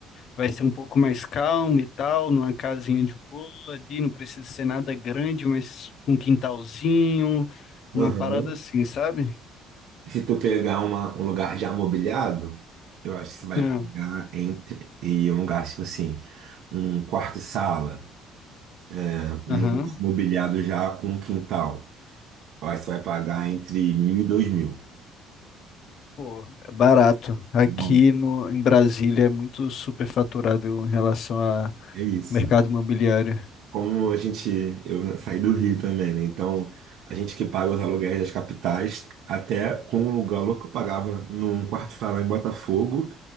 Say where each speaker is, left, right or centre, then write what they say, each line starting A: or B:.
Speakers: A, on the left (about 55°); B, on the right (about 70°).
A: vai ser um pouco mais calmo e tal, numa casinha de boa ali, não precisa ser nada grande, mas um quintalzinho, uma
B: uhum.
A: parada assim, sabe?
B: Se tu pegar uma- um lugar já mobiliado, eu acho que você vai
A: Ah,
B: pegar entre e um lugar tipo assim, um quarto e sala, né? um
A: Aham.
B: lugar mobiliado já com um quintal. Eu acho que você vai pagar entre mil e dois mil.
A: Pô, é barato. Aqui
B: É Bom,
A: no, em Brasília é muito superfaturado em relação a
B: é é isso.
A: mercado imobiliário.
B: Como a gente, eu saí do Rio também, né? Então, a gente que paga os aluguéis das capitais, até com o aluguel que eu pagava num quarto-salão em Botafogo,